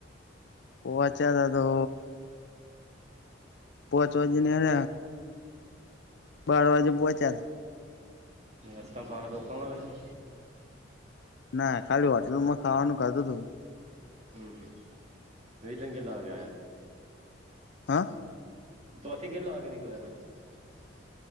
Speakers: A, on the left; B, on the right.
A: પોવા છે દ તો પોહોચવા જ ને હ બાર વાજે પોહોચ્યા હતા
B: રસ્તા પારા તો ઓકાલ હ છેો
A: ના ખાલી હોટલમાં ખાવાનું કાધું હતું
B: હમ હમ રધંગે લવાગ
A: હા
B: તોથી કેટલાવાગે નીકળા હતા